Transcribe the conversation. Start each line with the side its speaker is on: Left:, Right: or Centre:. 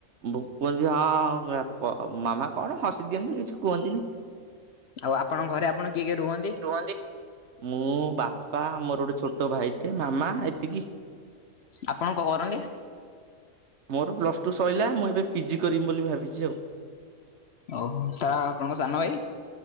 Right: ଭ କୁହନ୍ତି ହଁ ମାମା କଣ ହସି ଦିଅନ୍ତି କିଛି କୁହନ୍ତିନି।
Left: ଆଉ ଆପଣଙ୍କ ଘରେ ଆପଣ କିଏ କିଏ ରୁହନ୍ତି?
Right: ରୁହନ୍ତି ମୁଁ ବାପା ମୋର ଗୋଟେ ଛୋଟ ଭାଇଟେ ମାମା ଏତିକି।
Left: ଆପଣ କଣ କରନ୍ତି?
Right: ମୋର ପ୍ଲସ ଟୁ ସଇଲା ମୁଁ ଏବେ ପିଜି କରିମି ବୋଲି ଭାବିଛି ଆଉ।
Left: ଓହୋ ତା ଆପଣଙ୍କ ସାନ ଭାଇ?